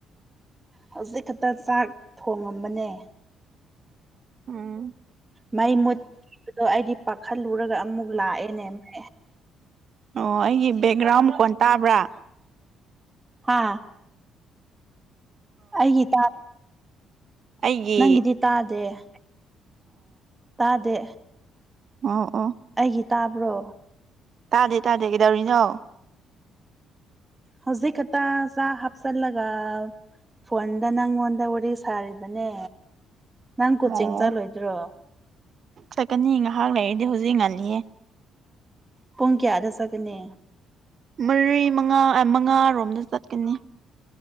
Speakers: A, on the right (about 20°); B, on the right (about 55°).
A: ꯍꯧꯖꯤꯛ ꯈꯛꯇ ꯆꯥꯛ ꯊꯣꯡꯉꯝꯕꯅꯦ꯫
B: ꯎꯝ
A: ꯃꯩ ꯃꯨꯠꯄꯗꯣ ꯑꯩꯗꯤ ꯄꯥꯈꯠꯂꯨꯔꯒ ꯑꯃꯨꯛ ꯂꯥꯛꯑꯦꯅꯦꯅ
B: ꯑꯣ ꯑꯩꯒꯤ ꯕꯦꯛꯒ꯭ꯔꯥꯎꯟ ꯃꯥꯈꯣꯟ ꯇꯥꯕ꯭ꯔꯥ?
A: ꯍꯥ ꯑꯩꯒꯤ ꯇ
B: ꯑꯩꯒꯤ
A: ꯅꯪꯒꯤꯗꯤ ꯇꯥꯗꯦ ꯫ ꯇꯥꯗꯦ
B: ꯑ
A: ꯑꯩꯒꯤ ꯇꯥꯕ꯭ꯔꯣ?
B: ꯇꯥꯗꯦ - ꯇꯥꯗꯦ ꯀꯩꯗꯧꯔꯤꯅꯣ?
A: ꯍꯧꯖꯤꯛ ꯈꯠꯇ ꯆꯥꯛ ꯍꯥꯞꯆꯜꯂꯒ ꯐꯣꯟꯗ ꯅꯪꯉꯣꯟꯗ ꯋꯥꯔꯤ ꯁꯥꯔꯤꯕꯅꯦ ꯅꯪ ꯀꯣꯆꯤꯡ
B: ꯑꯣ
A: ꯆꯠꯂꯣꯏꯗ꯭ꯔꯣ
B: ꯆꯠꯀꯅꯤ ꯉꯥꯏꯍꯥꯛ ꯂꯩꯔꯤꯗꯤ ꯍꯧꯖꯤꯛ ꯉꯜꯂꯤꯌꯦ
A: ꯄꯨꯡ ꯀꯌꯥꯗ ꯆꯀꯅꯤ
B: ꯃꯔꯤ ꯃꯉꯥ ꯃꯉꯥꯔꯣꯝꯗ ꯆꯠꯀꯅꯤ